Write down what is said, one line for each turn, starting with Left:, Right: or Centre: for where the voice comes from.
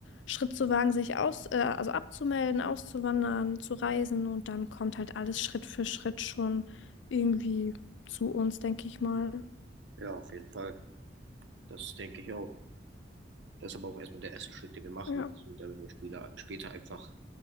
Left: Schritt zu wagen, sich aus, äh, also abzumelden, auszuwandern, zu reisen und dann kommt halt alles Schritt für Schritt schon irgendwie zu uns, denke ich mal.
Right: Ja, auf jeden Fall. Das denke ich auch. Das ist aber auch erstmal der erste Schritt, den wir machen.
Left: Ja,
Right: Und damit wir Spieler später einfach